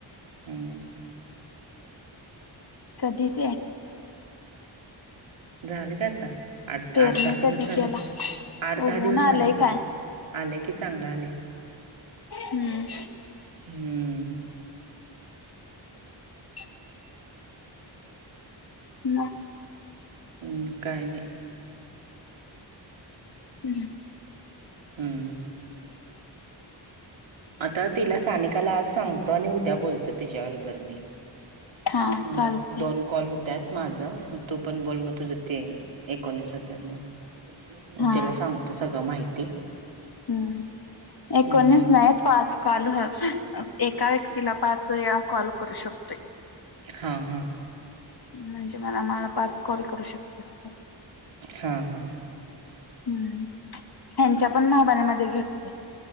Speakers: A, on the right; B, on the left.
A: हम्.
B: कधीची आहे?
A: झालं का आता आठ
B: पेरणी
A: आठ दहा
B: कधी
A: दिवस झालं
B: केला
A: आठ
B: उगवून
A: दहा दिवस झालं
B: आलंय
A: की.
B: काय
A: आलं की चांगल आलंय.
B: हम्म.
A: हम्म.
B: ह. म
A: ह काय नाही.
B: ह् ह.
A: हम्म. आता तिला सानिकाला आज सांगतो आणि उद्या बोलतो तिच्याबरोबर मी.
B: हा
A: मग
B: चालतय
A: दोन. कॉल होत्यात माझ मग तू पण बोल मग तुझ तीन एकोणीस होत्यात मग.
B: हा
A: तिला सांगतो सगळं माहिती.
B: हम्म एकोणीस
A: हम्म
B: नाही पाच. कॉल हं एका व्यक्तीला पाच वेळा कॉल करू शकतोय
A: हां हा.
B: म्हणजे मला मला पाच कॉल करू शकतेस तू.
A: हा हा.
B: हम्म ह्यांच्या पण मोबाईल मध्ये घेतलं.